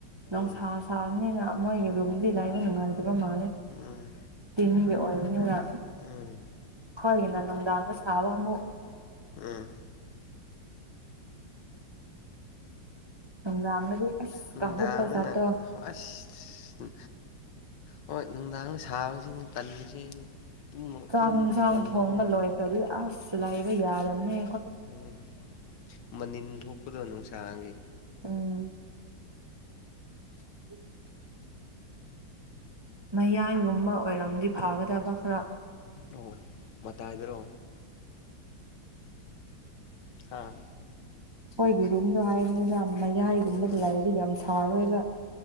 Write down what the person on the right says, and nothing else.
ꯅꯨꯡꯁꯥ
ꯁꯥꯕꯅꯤꯅ ꯃꯣꯏꯒꯤ ꯔꯨꯝꯗꯨꯗꯤ ꯂꯩꯕ ꯅꯨꯡꯉꯥꯏꯇꯕ ꯕ ꯃꯥꯜꯂꯦ
ꯇꯤꯟꯒꯤ ꯑꯣꯏꯕꯅꯤꯅ
ꯈꯣꯏꯒꯤꯅ ꯅꯨꯡꯗꯥꯡꯒ ꯁꯥꯕ ꯑꯃꯨꯛ
ꯅꯨꯡꯗꯥꯡꯗꯗꯤ ꯑꯁ
ꯀꯥꯍꯨꯕ ꯖꯥꯠꯇꯣ
ꯆꯥꯛ
ꯌꯦꯟꯁꯥꯡ
ꯊꯣꯡꯕ ꯂꯣꯏꯈ꯭ꯔꯗꯤ ꯑꯁ ꯂꯩꯥꯏꯕ ꯌꯥꯔꯝꯅꯦ
ꯎꯝ <inaudible> ꯃꯌꯥꯟꯒꯨꯝꯕ ꯑꯣꯏꯔꯝꯗꯤ ꯐꯒꯗꯕ ꯈꯔ
ꯍꯣꯏꯒꯤ ꯔꯨꯝꯗꯣ ꯍꯥꯏꯔꯤꯅꯤꯗ ꯌꯥꯝ ꯃꯌꯥꯏꯒꯨꯝꯕꯗ
ꯂꯩꯥꯛꯔꯗꯤ ꯌꯥꯝ ꯁꯥꯔꯣꯏꯕ